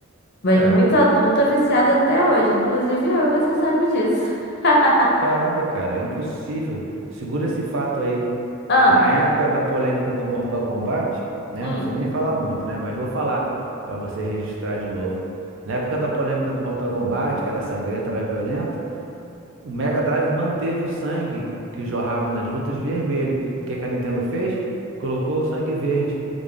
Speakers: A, on the left (about 50°); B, on the right (about 60°).
A: Mas
B: É.
A: muito adulta viciada até hoje, inclusive eu, você sabe disso. <laughs>
B: Caramba, cara, impossível. Segura esse fato aí.
A: Ah.
B: Na época da polêmica do Mortal Kombat, né?
A: Hum.
B: Não preciso nem falar muito, né? Mas vou falar para você registrar de novo. Na época da polêmica do Mortal Kombat, que era sangrenta, era violenta, o Mega Drive manteve o sangue que jorrava nas lutas vermelho. O que que a Nintendo fez? Colocou o sangue verde.